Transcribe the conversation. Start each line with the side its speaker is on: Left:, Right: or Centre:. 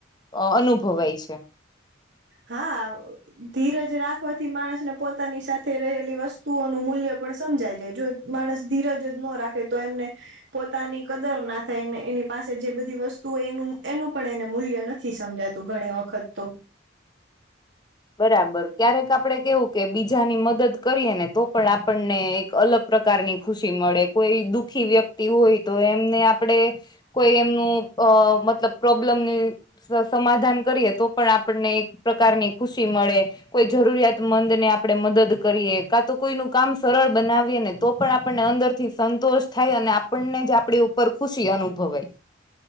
Left: અ અનુભવાય છે.
Right: હા. <unintelligible> ધીરજ રાખવાથી માણસને પોતાની સાથે રહેલી વસ્તુઓનું મૂલ્ય પણ સમજાય જાય જો માણસ ધીરજ નો રાખે તો એમને પોતાની કદર ના થાયને એની પાસે જે બધી વસ્તુ એનું એનું પણ એને મૂલ્ય ન નથી સમજાતું ઘણી વખત તો.
Left: બરાબર ક્યારેક આપણે કેવું કે બીજાની મદદ કરીએ ને તો પણ આપણને એક અલગ પ્રકારની ખુશી મળે કોઈ દુઃખી વ્યક્તિ હોય તો એમને આપ પણે કોઈ એમનું અ મતલબ પ્રોબ્લેમને સ સમાધાન કરીએ તો પણ આપણને એક પ્રકારની ખુશી મળે. કોઈ જરૂરિયાતમંદ ને આપણે મદદ કરીએ કા તો કોઈનુ કામ સરળ બનાવીએ ને તો તે આપણને અંદર થી સંતોષ થાય અને આપણને જ આપણી ઉપર ખુશી અનુભવાય.